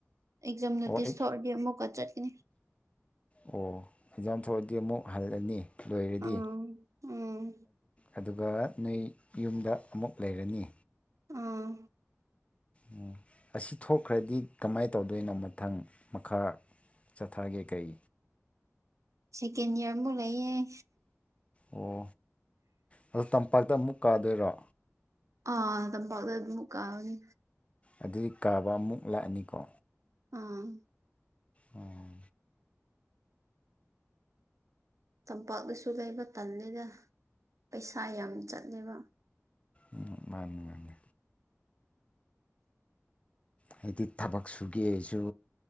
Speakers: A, on the right; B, on the left.
A: ꯑꯦꯛꯖꯥꯝ ꯅꯣꯇꯤꯁ
B: ꯑꯣ ꯑꯩ
A: ꯊꯣꯛꯑꯗꯤ ꯑꯃꯨꯛꯀ ꯆꯠꯀꯅꯤ
B: ꯑꯣ ꯑꯦꯛꯖꯥꯝ ꯊꯣꯛꯑꯗꯤ ꯑꯃꯨꯛ ꯍꯜꯂꯅꯤ ꯂꯣꯏꯔꯗꯤ
A: ꯎꯝ ꯎꯝ
B: ꯑꯗꯨꯒ ꯅꯣꯏ ꯌꯨꯝꯗ ꯑꯃꯨꯛ ꯂꯩꯔꯅꯤ
A: ꯑꯥ
B: ꯎ ꯑꯁꯤ ꯊꯣꯛꯈ꯭ꯔꯗꯤ ꯀꯃꯥꯏꯅ ꯇꯧꯗꯣꯏꯅꯣ ꯃꯊꯪ ꯃꯈꯥ ꯆꯠꯊꯒꯦ ꯀꯩ
A: ꯁꯦꯀꯦꯟ ꯏꯌꯥꯔꯕꯨ ꯂꯩꯌꯦꯦ
B: ꯑꯣ ꯑꯗꯣ ꯇꯝꯄꯥꯛꯇ ꯑꯃꯨꯛ ꯀꯥꯗꯣꯏꯔꯣ
A: ꯑꯗ ꯐꯥꯎ ꯑꯗꯨ ꯑꯗꯨ ꯃꯨꯀꯥꯅꯤ
B: ꯑꯗꯨꯗꯤ ꯀꯥꯕ ꯑꯃꯨꯛ ꯂꯥꯛꯑꯅꯤꯀꯣ
A: ꯑꯥ
B: ꯑꯣ
A: ꯇꯝꯄꯥꯛꯅꯁꯨ ꯂꯩꯕ ꯇꯟꯜꯂꯤꯗ ꯄꯩꯁꯥ ꯌꯥꯝ ꯆꯠꯂꯦꯕ
B: ꯎꯝ ꯃꯥꯅꯤ ꯃꯥꯅꯤ ꯍꯥꯏꯗꯤ ꯊꯕꯛ ꯁꯨꯒꯦꯁꯨ